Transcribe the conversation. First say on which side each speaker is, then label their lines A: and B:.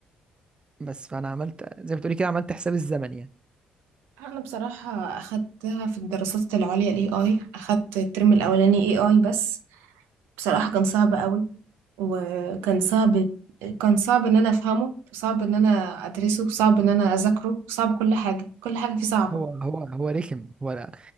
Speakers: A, on the right; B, on the right.
A: بس فانا عملت زي ما بتقولي كده عملت حساب الزمن يعني
B: أنا بصراحة أخدتها في الدراسات العليا AI أخدت الترم الأولاني AI بس بصراحة كان صعب قوي وكان صعب كان صعب إن أنا أفهمه وصعب إن أنا أدرسه وصعب إن أنا أذاكره وصعب كل حاجة كل حاجة فيه صعبة
A: هو هو هو رخم هو لا